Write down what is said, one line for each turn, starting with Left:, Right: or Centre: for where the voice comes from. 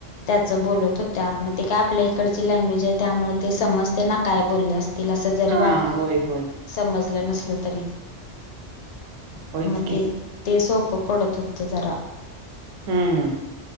Left: त्याचं बोलत होत्या मग ते काय आपल्या इकडची लँग्वेज आहे त्यामुळे ते समजतेना काय बोलले असते तिला असं जरी
Right: हा
Left: वाक्य,
Right: होय होय
Left: समजलं नसलं तरी
Right: होयच
Left: म
Right: की
Left: ते, ते सोपं पडत होतं जरा.
Right: हम्म